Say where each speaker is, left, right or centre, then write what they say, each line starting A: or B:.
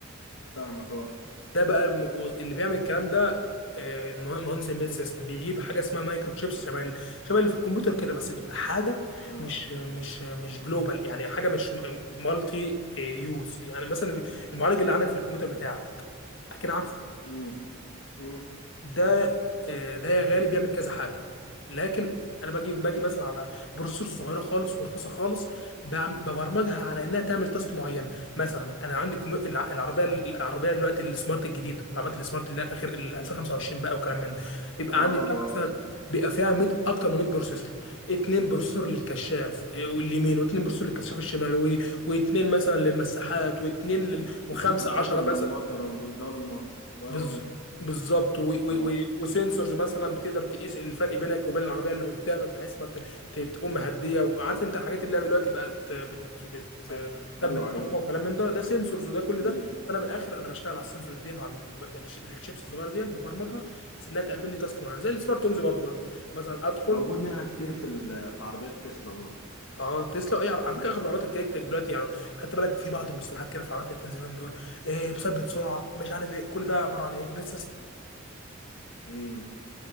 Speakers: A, on the left; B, on the left.
A: فاهمك اه
B: ده بقى الم... اللي بيعمل الكلام ده آه، المه- مهندس امبيد سيستم بيجيب حاجه اسمها مايكرو تشيبس شبه ال... شبه اللي في الكمبيوتر كده بس تبقى حاجه
A: اه
B: مش مش مش جلوبال يعني حاجه مش مالتي يوز يعني مثلا المعالج اللي عندك في الكمبيوتر بتاعك اكيد عارفه
A: امم امم
B: ده آه، ده يا غالي بيعمل كذا حاجه لكن انا باجي باجي مثلا على بروسيسور صغيره خالص ورخيصه خالص بعم- ببرمجها على انها تعمل تاسك معين مثلا انا عندي كمي... الع- العربيه العربيه دلوقتي السمارت الجديده العربيات السمارت اللي هي الاخير ال 2025 بقى وكلام من ده
A: والكهرباء
B: بيبقى عندي فيها مثلا
A: اه
B: بيبقى فيها 100 اكتر من 100 بروسيسور اتنين بروسيسور للكشاف آه، واليمين واتنين بروسيسور للكشاف الشمال و... واتنين مثلا للمساحات واتنين لل... وخمسه
A: وفي بروسيسور
B: 10
A: للمطره
B: مثلا
A: والضلمه و
B: بز...
A: و
B: بالظبط و... و...
A: اه
B: و... وسنسورز مثلا بتقدر تقيس الفرق بينك وبين العربيه اللي قدامك بحيث ما ت... ت- تقوم هديه وعارف انت الحاجات اللي هي دلوقتي بقت بت... بت...
A: أ- أ-
B: بتثبت
A: ايوه عارف
B: سرعه وكلام من ده ده سنسورز وده كل
A: امم
B: ده فانا من الاخر انا بشتغل على السنسورز دي وعلى الم- الش... الشيبس الصغيره دي ببرمجها بحيث انها تعمل لي تاسك معينه زي السمارت هومز برضه بقى. مثلا ادخل
A: موجود منها كتير في ال- في عربيات تسلا برضو
B: اه تسلا اي على على فكره اغلب العربيات الكليكتك دلوقتي يعني خدت بالك في بعض المصطلحات كده في العربيات اللي بتنزل من دول إيه مثبت سرعه مش عارف ايه كل ده عباره عن ايه بس
A: امم